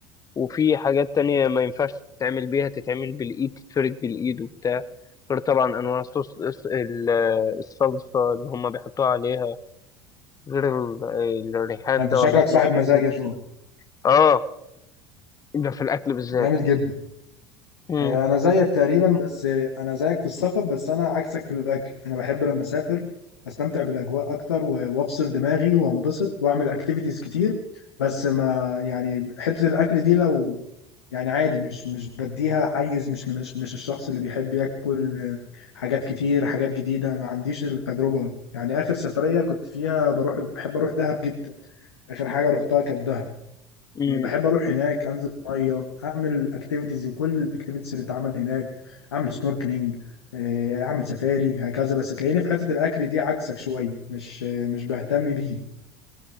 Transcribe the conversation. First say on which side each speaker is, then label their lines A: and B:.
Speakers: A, on the left (about 25°); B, on the left (about 75°).
A: وفي حاجات تانية ما ينفعش تتعمل بيها تتعمل بالإيد تتفرد بالإيد وبتاع غير طبعا أنواع صوص الص- ال- الصلصة اللي هما بيحطوها عليها غير ال- الريحان
B: انت
A: ده
B: شكلك
A: ولا اسمه
B: صاحب
A: غير
B: مزاج
A: زيت-
B: يا جو
A: اه ده في الأكل بالذات
B: جامد جدا
A: مم.
B: هي انا زيك تقريبا بس آه، انا زيك في السفر بس انا عكسك في الاكل انا بحب لما اسافر استمتع بالاجواء اكتر و- وافصل دماغي وانبسط واعمل اكتيفيتيز كتير بس ما يعني حتة الاكل دي لو يعني عادي مش مش بديها حيز مش من مش الشخص اللي بيحب ياكل آه، حاجات كتير حاجات جديدة ما عنديش التجربة يعني اخر سفرية كنت فيها بروح بحب اروح دهب جدا اخر حاجة رحتها كانت دهب
A: مم.
B: إيه، بحب اروح هناك انزل الميه اعمل اكتيفيتيز كل الاكتيفيتيز اللي اتعمل هناك اعمل سنوركلينج اعمل سفاري هكذا بس تلاقيني في حته الاكل دي عكسك شويه مش مش بهتم بيه